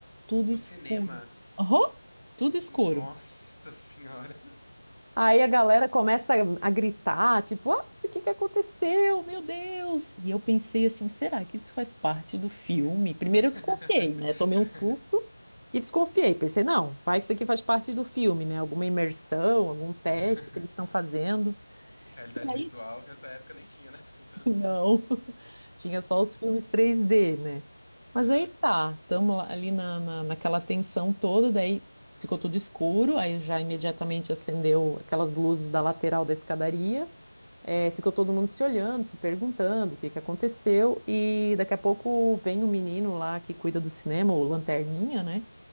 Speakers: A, on the right (about 65°); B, on the left (about 35°).
A: Tudo
B: No
A: escuro.
B: cinema,
A: Aham, tudo escuro.
B: nossa senhora.
A: Aí a galera começa a a gritar, tipo, ah, o que que aconteceu? Meu Deus! E eu pensei assim, será que isso faz parte do filme? Primeiro
B: <laughs>
A: eu desconfiei, né? Tomei um susto. E desconfiei, pensei, não, vai que isso aqui faz parte do filme, né? Alguma imersão, algum teste
B: <laughs>
A: que eles estão fazendo.
B: Realidade
A: E aí,
B: virtual, que nessa época nem tinha, né? <laughs>
A: <laughs>
B: Tanto.
A: não, <laughs> tinha só os filmes 3D, né? Mas
B: É.
A: aí tá, estamos ali na, na, naquela tensão toda, daí ficou tudo escuro, aí já imediatamente acendeu aquelas luzes da lateral da escadaria. É, ficou todo mundo se olhando, se perguntando o que que aconteceu, e daqui a pouco vem o menino lá que cuida do cinema, o Lanterninha, né?